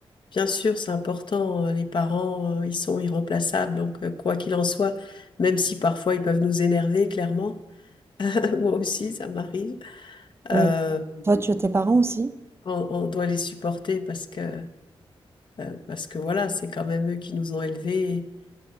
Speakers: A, on the left (about 55°); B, on the right (about 25°).
A: Bien sûr, c'est important. euh, Les parents, euh, ils sont irremplaçables. Donc, euh, quoi qu'il en soit, même si parfois ils peuvent nous énerver, clairement. <laughs> Moi aussi, ça m'arrive.
B: Oui.
A: Euh,
B: Toi, tu as tes parents aussi?
A: on, on doit les supporter parce que, euh, parce que voilà, c'est quand même eux qui nous ont élevés.